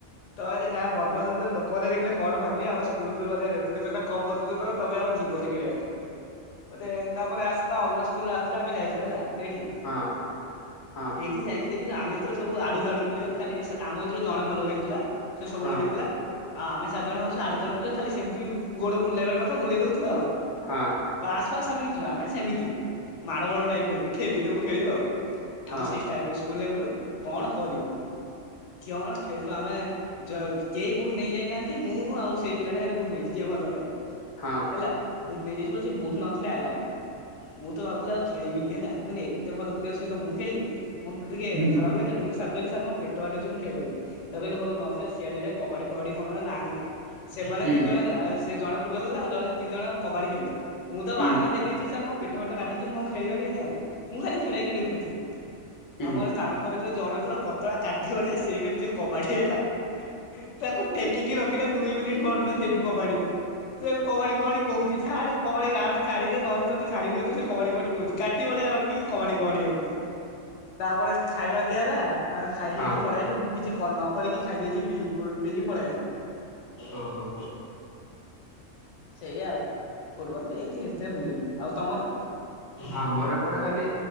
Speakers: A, on the left; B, on the left.
A: ତମେ ଯାହା ବଦମାସ୍ ହୋଉଚ୍ଚ ଲୋକମାନେ ଦେଖିଲେ କଣ ଭାବି ଆଉ ସ୍କୁଲ୍ ମାନେ ରେପୁଟେଷନ୍ କମ୍ କରିଦେଉଛ ତ ତମେ ଆଉ ଯିବନି ଖେଳିବାକୁ। ମାନେ ତାପରେ ଆସିତ ଅଲଗା ସ୍କୁଲୁ ଆସିଥିଲେ ଆମେ ଯାଇଥିଲୁ ହେଲା। ସେଇଠି
B: ହଁ ହଁ
A: ସେଇଠି ଯାଇକି ଦେଖି ହେଲେ ଆମେ ତ ସବୁ ଆଡୁତାଡୁ ପ୍ଲେୟର ଖାଲି ଆମ ଭିତରୁ ଜଣେ ଭଲ ଖେଳିଥିଲା ସେ ସବୁବେଳେ
B: ହଁ
A: ଖେଳୁଥ ଆଉ ଆମେ ଚାର ଜଣ ହୋଉଚୁ ଆଡୁ ତାଡୁ ପ୍ଲେୟାର, ଖାଲି ସେମିତି ଗୋଡ ବୁଲେଇବା କ ବୁଲେଇ ଦୋଉଥିଲୁ ଆଉ
B: ହଁ ହଁ
A: ପାସ୍ ଫାସ୍ ଆମେ କିଛି ନା ଆମେ ସେମିତି ମାଡ଼ଗୋଳ <unintelligible> ଖେଦି ଦେବୁ ଖେଳିବୁ ଆଉ ଆମେ
B: ହଁ
A: ସେଇ ଷ୍ଟାଇଲ ରେ ସ୍କୁଲ ଗଲୁ କଣ କରିବୁ କିୟୋଣ ଖେଳିବୁ ଆମେ ଜ କେହି ବୁଟ ନେଇଯାଇନାହାନ୍ତି ମୁଁ ଆଉ ସେଇ ପିଲାଟା ଖାଲି ବୁଟ ନେଇ ଯିଏ ଭଲ ଖେଳେ
B: ହଁ
A: ହେଲା ବୁଟ ନେଇଯାଇଚୁ ବୁଟ ନଥିଲେ ଆଲ୍ଲାଉ ନାଇଁ। ମୁଁ ତ ଭାବୁଥିଲ ଆଉ ଖେଳିବିନି ହେଲା ମାନେ ଏତ ଭଲ ପ୍ଲେୟର ସହିତ ମୁଁ ଖଳିବି ମୋତ ଟିକେ
B: ହୁଁ
A: ଖରାପ ଲାଗେନି ମୁଁ ସାର୍ କହଲି ସାର୍ ମ ପେଟ କାଟୁଛି ମୁଁ ଖେଳିପାରିବିନି ତ କହିଲି ହୋଉ ନ ଖେଳିଲେ ସିଆଡେ ଜା କବାଡି ଫବାଡି ରେ କଣ ନାଁ ଲେଖେ ସେମାନେ
B: ହୁଁ
A: ତିନି ଜଣ ସେ ଜଣେ ଫୁଟବଲ ଖେଳିଲେ ଆଉ ଜଣେ ତିନି ଜଣ କବାଡି ଖେଳିଲେ ମୁଁ ତ
B: ହୁଁ
A: ବାହାନା ଦେଇେଇଛି ସାର୍ ମୁଁ ପେଟ ଫେଟ କାଟୁଚି ମୁଁ ଆଉ ଖେଳିବାରିବିନି ଆଉ ମୁଁ ଖାଲି ଛିଡାଇକି ଦେଖୁଚି।
B: ହୁଁ
A: ଆମର ତାଙ୍କ ଭିତରେ ଜଣେ ପୁରା ପତଳା କାଠି ଭଳିଆ ସେ ଖେଲୁଚି କବାଡି ହେଲା ତାକୁ ଟେକି କି କିି ରଖିଲେ ଦୁଇ ମିନିଟ୍ ଖଣ୍ଡ ସେଇଠି କବାଡିରେ। ସେ କବାଡି କବାଡି କହୁଚି ଛାଡ କବାଡି ରା ଟା ଛାଡିଦେ ନହେଲେ ତ ଛାଡି ଦିଅୁ ସେ କବାଡି କବା କହୁଚି କାଟି ଭଳିଆ ଆ ରଙ୍ଗୀ କି କବାଡି କବାଡି ହଉଚି। ତାପରେ ଖାଇବା ଦିଆ ହେଲା ଆମେ ଖାଇ
B: ହଁ
A: ପିଇକି ପଳେଇଲୁ ମୁଁ କିଛି ନ କରିକି ଖାଇଦେଲି। ବେଗି ପିକ ପଳାଇ ଆଇଲୁ।
B: ଓହୋ।
A: ସେଇ ଆଉ ଫୁଟବଲ ଏଠି ଏତେ ହୁଏନି ଆଉ ତମର?
B: ଆମର ଏପଟେ ଖାଲି